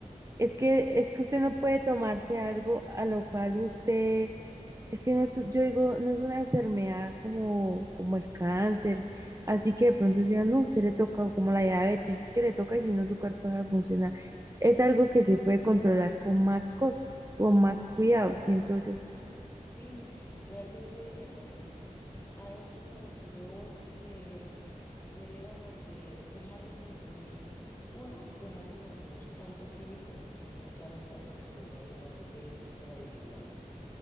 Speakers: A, on the right (about 25°); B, on the left (about 20°).
A: es que es que usted no puede tomarse algo a lo cual usted es que no es, yo digo, no es una enfermedad como, como el cáncer, así que de pronto digan, no, usted le toca, o como la diabetes, es que le toca y si no su cuerpo va a funcionar. Es algo que se puede controlar con más cosas, con más cuidado, siento yo.
B: Sí, realmente es eso. A eso es a lo que yo voy, que debiéramos de dejar de consumir, uno, dejar de consumir tanto químico, que son todas las pastas que nos dan en las EPS tradicionales.